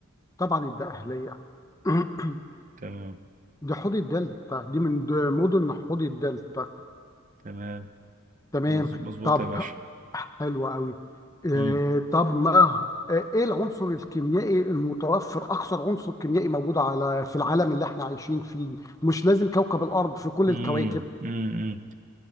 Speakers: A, on the left; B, on the right.
A: طبعا الدقهليه <clears throat>
B: تمام
A: دي حوض الدلتا دي من د- مدن حوض الدلتا
B: تمام
A: تمام
B: مظ- مظبوط
A: طب
B: يا باشا
A: حلو قوي إيه
B: مم.
A: طب ما آه، ايه العنصر الكيميائي المتوفر اكثر عنصر كيميائي موجود على في العالم اللي احنا عايشين فيه مش لازم كوكب الارض في كل
B: مم.
A: الكواكب
B: مم. مم.